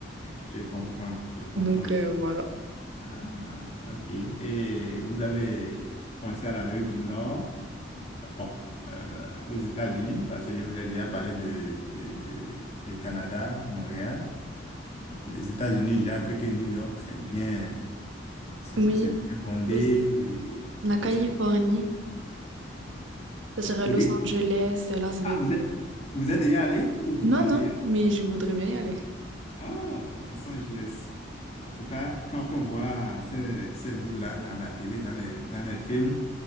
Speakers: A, on the left (about 35°); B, on the right (about 80°).
A: Je comprends, je comprends.
B: donc euh, voilà.
A: Ah, ok. Et vous avez pensé à l'Amérique du Nord? Bon, euh, aux États-Unis, parce que je vous ai déjà parlé de, de, de, de Canada, Montréal. Les États-Unis, j'ai appris que New York, c'est bien, c'est
B: Oui,
A: c'est bien bondé
B: aussi,
A: et
B: la
A: que
B: Californie.
A: c'est.
B: Ça serait
A: Vous
B: Los
A: dites?
B: Angeles, Las Vegas.
A: Ah, vous êtes, vous êtes déjà allé ou vous
B: Non,
A: pensez
B: non,
A: y aller?
B: mais je voudrais bien y aller.
A: Ah, Los Angeles. En tout cas, quand on voit ces, ces villes-là dans la télé, dans les, dans les films,